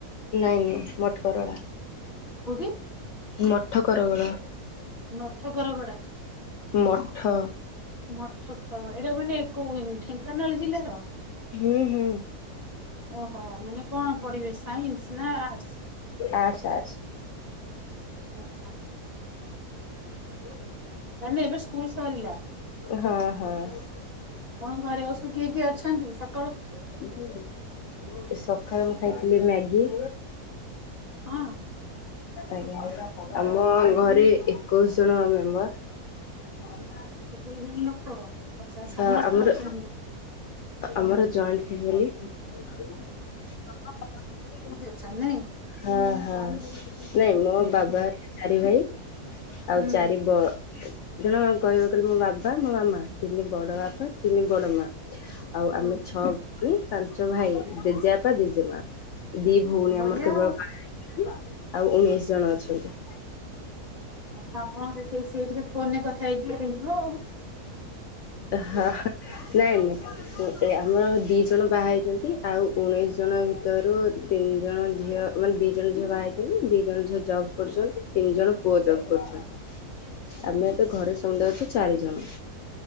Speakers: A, on the left; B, on the right.
A: ନାଇଁ ନାଇଁ ମଠକରଗୋଳା।
B: କୋଉଠି।
A: ମଠକରଗୋଳା।
B: ନଖେଥର ଗଡା
A: ମଠ
B: ମଠଖରୋଗୋ ଏଇଡ଼ା ମାନେ କୋଉ ଇନି ଢେଙ୍କାନାଳ ଜିଲ୍ଲାର।
A: ହୁଁ ହୁଁ।
B: ଓହୋ ମାନେ କଣ ପଡ଼ିବେ ସାଇନ୍ସ ନା ଆର୍ଟସ୍।
A: ଆର୍ଟ୍ସ ଆର୍ଟ୍ସ
B: ଆଚ୍ଛା ଆଚ୍ଛା।
A: <inaudible>
B: ତାମାନେ ଏବେ ସ୍କୁଲ ସରିଲା।
A: ହଁ ହଁ
B: ଆପଣଙ୍କ ଘରେ ଆଉ ସବୁ କିଏ କିଏ ଅଛନ୍ତି। ସ
A: ଏଇ ସକାଳୁ ମୁଁ ଖାଇଥିଲି ମ୍ୟାଗି।
B: ହଁ।
A: ଆଜ୍ଞ ଆମ ଘରେ ଏକୋଇଶି ଜଣ ମେମ୍ବର। ହଁ
B: ଏକୋଇଶି ଜଣ ଲୋକ ଆଚ୍ଛା ସମସ୍ତେ
A: ଆଉଗୋଟେ
B: ଅଛନ୍ତି ତାମାନେ
A: ଆମର ଜଏଣ୍ଟ ଫ୍ୟାମିଲି।
B: ଅଛ ନାଇଁ।
A: ହଁ ହଁ ନାଇଁ ମୋ
B: ହୁଁ
A: ବାବା ଚାରି ଭାଇ। ଆଉ
B: ହୁଁ
A: ଚାରି ବ ଜଣ କହିବାକୁ କହିଲେ ମୋ ବାବା ମୋ ମାମା ତିନି ବଡ଼ ବାପା ତିନି ବଡ଼ ମା। ଆଉ
B: ହୁଁ।
A: ଆମେ ଛଅ ଉଣୀ ପାଞ୍ଚ ଭାଇ ଜେଜେବାପା ଜେଜେମା। ଦି ଭୋଉଣୀ
B: ଆଉ ବଢିଆ
A: ଆମର କେବଳ
B: ଆଉ
A: ବାହା ହେଇଛନ୍ତି ଆଉ ଉଣେଇଶି ଜଣ ଅଛନ୍ତି।
B: ଆଉ ତ ଆପଣ ସେ ସେଇ ସେଇଠି ଫୋନ୍ ରେ କଥା ହେଇଯିବେ ହେଇଯିବ ଆଉ।
A: ହଁ ହଁ ନାଇଁ ନାଇଁ ଉଁ ଏ ଆମର ଦିଇ ଜଣ ବାହା ହେଇଚନ୍ତି, ଆଉ ଉଣେଇଶି ଜଣ ଭିତରୁ ତିନି ଜଣ ଝିଅ ମାନେ ଦିଜଣ ଝିଅ ବାହା ହେଇଚନ୍ତି ଦିଜଣ ଝିଅ ଜବ୍ କରୁଛନ୍ତି ତିନି ଜଣ ପୁଅ ଜବ୍ କରୁଛନ୍ତି। ଆମେ ଏବେ ଘରେ ସମୁଦଏ ଅଛୁ ଚାରି ଜଣ।